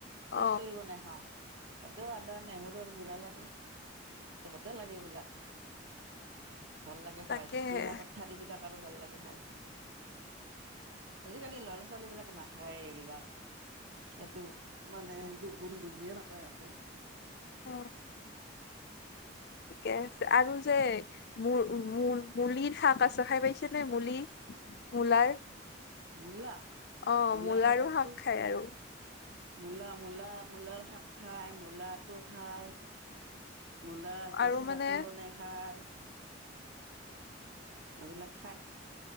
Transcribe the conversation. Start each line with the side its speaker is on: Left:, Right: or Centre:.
Left: অ
Right: চচৰি বনাই খাওঁ তাতেও আদা নেহৰুৰ গুড়া লাগে চবতে লাগে এইবিলাক। ভাল লাগে
Left: তাকেহে
Right: খায় পুঁই শাকত ঠাৰিবিলাক আৰু ভাল লাগে খায়। আজিকালি ল'ৰা ছোৱালী বিলাক নাখায় এইগিলাক। সেইটো মানে দুষ গুণ বুজিয়ে নাপায় ইহঁতে।
Left: অ', ঠিকে আছে আৰু যে মূল - মূল মূলিৰ শাক আছে খাই পাইছে নে মূলি মূলাৰ
Right: মূলা
Left: অ
Right: মূলা
Left: মূলাৰো
Right: খাই পাইছো।
Left: শাক খায় আৰু
Right: মূলা মূলা মূলাৰ শাক খায় মূলাটো খায় মূলা কেচা
Left: আৰু মানে
Right: চাটনি বনাই খায়। এইবিলাক খাই